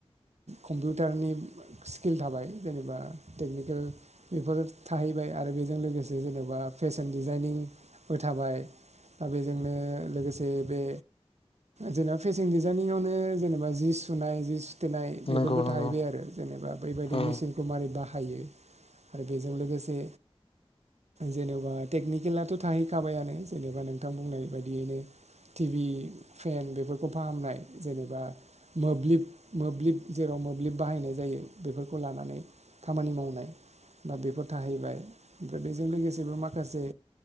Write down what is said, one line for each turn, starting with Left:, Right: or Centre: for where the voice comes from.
Right: कम्पिउटारनि स्किल थाबाय जेनेबा टेकनिकेल बेफोरो थाहैबाय आरो बेजों लोगोसे जेन'बा फेशन डिजाइनिंबो थाबाय दा बेजोंनो लोगोसे बे जेनेबा फेसन डिजाइनिंआवनो जेनेबा जि सुनाय जि सुथेनाय बेफोरबो
Left: नंगौ नंगौ
Right: थाहैबाय आरो जेनेबा बैबायदि
Left: औ
Right: मेसचिनखौ मारै बाहायो आरो बेजों लोगोसे जेन'बा टेकनिकेलाथ' थाहैखाबायानो जेनेबा नोंथां बुंनाय बायदियैनो टिभि फेन बेफोरखौ फाहामनाय जेनेबा मोब्लिब मोब्लिब जेराव मोब्लिब बाहायनाय जायो बेफोरखौ लानानै खामानि मावनाय दा बेफोर थाहैबाय ओमफ्राय बेजों लोगोसेबो माखासेे